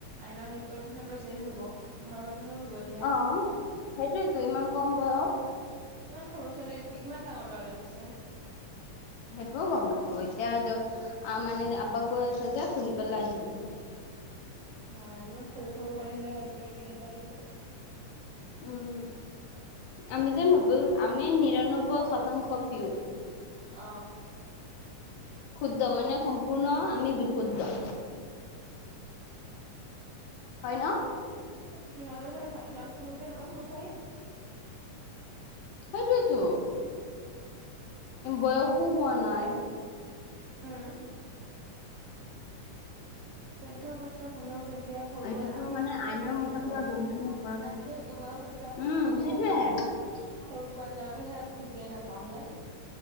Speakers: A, on the right; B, on the left.
A: আইনৰ হেৰি ৰ জেইল হব ঘৰৰ মানুহৰ হ'ব। এতিয়া
B: অ সেইটোৱেইতো ইমান কম বয়স।
A: ইমান সৰু ছোৱালী কিমান ডাঙৰ লৰালে গৈছে।
B: সেইটোও গম নাপাও এতিয়া আহ মানে আকৌ কৈ আছে যে শুনি পেলাই আহিলো। হয় <inaudible>
A: বা ইমান সৰু সৰু পোৱালী বিলাক আজিকালি কেনেনেকুৱা দে ফ।
B: উম আমি যে নবল আমি নিৰান্নব্বৈ শতাংশ পিয়ৰ।
A: আহ।
B: ক্ষুদ্ধ মানে সম্পূৰ্ণ আমি বিশুদ্ধ। হয় ন।
A: সিহঁৰ সিহঁৰো বহুতে ভাল ন হয় নে।
B: সেইটোৱেটো বয়সো হোৱা নাই।
A: উম চৈধ্য বছৰ সৰু যে - যেতিয়া ভৰ
B: এইটোতো
A: কৰি আমি
B: মানে
A: সেইটো সময়
B: আইনৰ
A: যে খেলি
B: মতে
A: থাকো
B: পুৰা দণ্ডনীয় অপৰাধ
A: আমিতো সেইটো বয়সত তেতিয়া আগতে
B: উম
A: খেলি
B: সেইটোয়ে
A: থাকো সৰু। সৰু পোৱালি লগত আমি সেইয়া একো বুজিয়ে নাপাওঁ। হয়নে